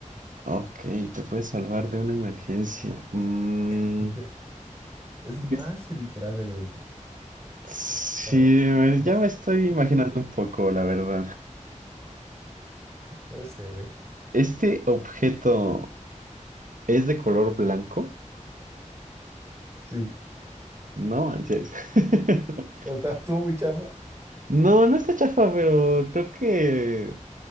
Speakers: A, on the right; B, on the right.
A: Ok, te puedes salvar de una emergencia. Mm,
B: <laughs> Es más
A: es-
B: literal de lo que crees.
A: sí,
B: Bueno,
A: me-
B: no
A: ya
B: es,
A: me estoy imaginando
B: <laughs>
A: un poco, la verdad.
B: puede ser, ¿eh?
A: ¿Este objeto es de color blanco?
B: Sí.
A: No manches. <laughs>
B: No, está- Estuvo muy chafa.
A: No, no está chafa, pero creo que